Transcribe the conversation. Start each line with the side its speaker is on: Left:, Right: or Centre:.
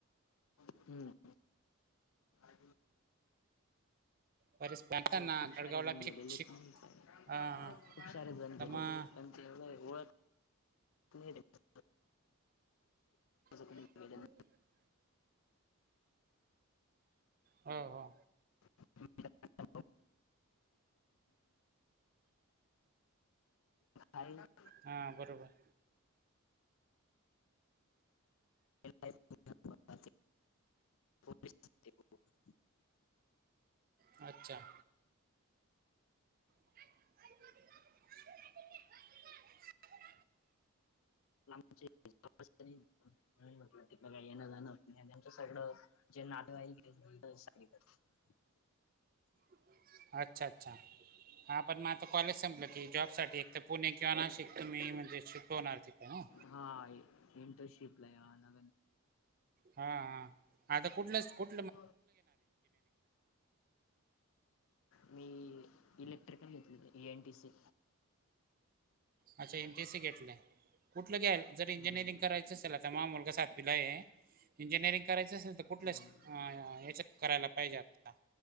Left: हम्म. <inaudible>
Right: बरेच
Left: हो
Right: ना
Left: खूप
Right: जळगावला
Left: सारे जण
Right: बी
Left: गेलेले
Right: शिक शिक
Left: आहेत नाही का
Right: हा हा
Left: खूप सारे जण
Right: तर
Left: गेलेले
Right: मग
Left: पण तेव्हा <unintelligible> <inaudible> कोणी
Right: <inaudible>
Left: गेलेलं नाही.
Right: हा हा.
Left: <inaudible> <unintelligible> हा <unintelligible> ना.
Right: हां बरोबर.
Left: आहे, तो <inaudible>
Right: <inaudible> अच्छा. <inaudible>
Left: म्हट <inaudible> <unintelligible> बघा येणं-जाणं नाही त्यांचं सगळं जे नातेवाईक <unintelligible> <inaudible>
Right: <inaudible> अच्छा अच्छा. हा पण मग आता कॉलेज संपलं की जॉब साठी एक तर पुणे किंवा नाशिक. ते मे म्हणजे शिकवणार तित नव.
Left: हा इंटर्नशिपला आला.
Right: हा हा आता कुठलंच कुठ
Left: <inaudible> मी इलेक्ट्रिकल घेतले ए एनटीसी.
Right: अच्छा एनटीसी घेतलय. कुठलं घ्याय जर इंजिनिअरिंग
Left: हम्म
Right: करायच असेल आता मा मुलगा सातिला आहे इंजिनिअरिंग करायचं असेल तर कुठल
Left: हम्म
Right: अ हच्यात करायला पाहिजे आता.